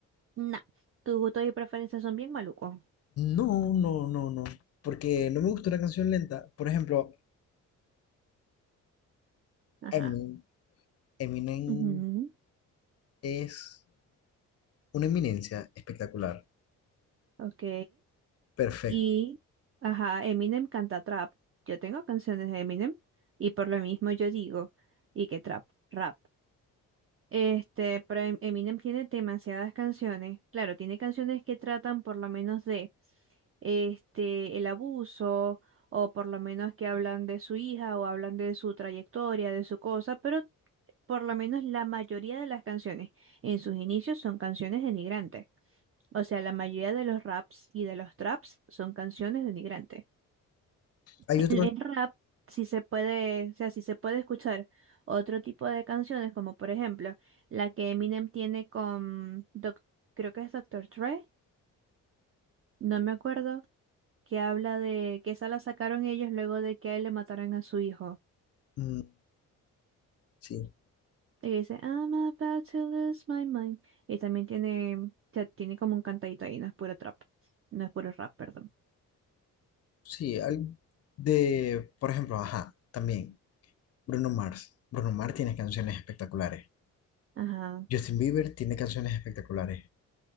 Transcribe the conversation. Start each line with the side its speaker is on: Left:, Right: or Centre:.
Right: No, tus gustos y preferencias son bien malucos.
Left: No, no, no, no. Porque no me gusta una canción lenta. Por ejemplo,
Right: Ajá.
Left: Eminem, Eminem
Right: Ujú,
Left: es una eminencia espectacular.
Right: Ok.
Left: Perfecto.
Right: Y, ajá, Eminem canta trap. Yo tengo canciones de Eminem y por lo mismo yo digo, ¿y qué trap? Rap. Este, pero Em- Eminem tiene demasiadas canciones. Claro, tiene canciones que tratan por lo menos de este el abuso o por lo menos que hablan de su hija o hablan de su trayectoria, de su cosa, pero por lo menos la mayoría de las canciones en sus inicios son canciones denigrantes. O sea, la mayoría de los raps y de los traps son canciones denigrantes
Left: Hay
Right: el
Left: otro.
Right: el rap sí se puede, o sea, sí se puede escuchar otro tipo de canciones, como por ejemplo la que Eminem tiene con, Doc- creo que es doctor Dre, no me acuerdo, que habla de que esa la sacaron ellos luego de que a él le mataran a su hijo.
Left: mm, sí.
Right: Y dice, I'm about to lose my mind. Y también tiene, o sea, tiene como un cantadito ahí, no es puro trap, no es puro rap, perdón.
Left: Sí, al- de, por ejemplo, ajá, también Bruno Mars. Bruno Mars tiene canciones espectaculares.
Right: Ajá,
Left: Justin Bieber tiene canciones espectaculares.